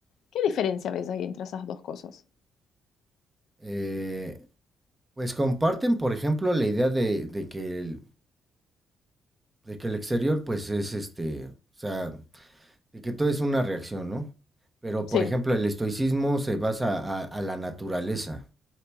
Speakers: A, on the left; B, on the right.
A: ¿Qué diferencia ves ahí entre esas dos cosas?
B: Eh, pues comparten, por ejemplo, la idea de, de, que el, de que el exterior, pues es este, o sea, de que todo es una reacción, ¿no? Pero,
A: Sí.
B: por ejemplo, el estoicismo se basa a, a la naturaleza,